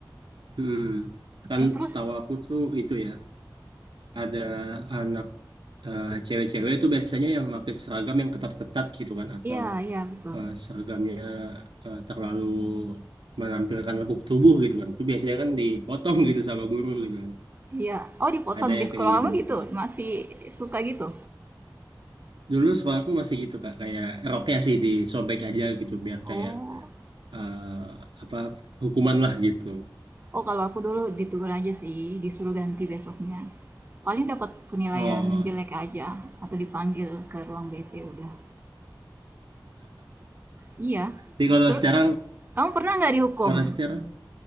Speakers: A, on the right (about 75°); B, on the right (about 25°).
A: Hmm, kan
B: eh terus
A: setahu aku tuh itu ya ada anak eh, cewek-cewek tuh biasanya yang pakai seragam yang ketat-ketat gitu kan atau
B: Iya iya, betul.
A: eh, seragamnya eh, terlalu menampilkan lekuk tubuh gitu kan. Itu biasanya kan dipotong gitu sama guru gitu kan.
B: Iya. Oh, dipotong
A: Ada
B: di
A: yang
B: sekolah
A: kayak gitu
B: kamu
A: juga.
B: gitu? Masih suka gitu?
A: Dulu sekolah aku masih gitu Kak, kayak roknya sih disobek aja gitu biar
B: Oh.
A: kayak eh, apa hukuman lah gitu.
B: Oh, kalau aku dulu ditegur aja sih, disuruh ganti besoknya. Paling dapat penilaian
A: Oh,
B: jelek aja atau dipanggil ke ruang BP udah. Iya.
A: jadi kalau
B: Terus
A: sekarang
B: kamu pernah nggak dihukum?
A: kalau sekarang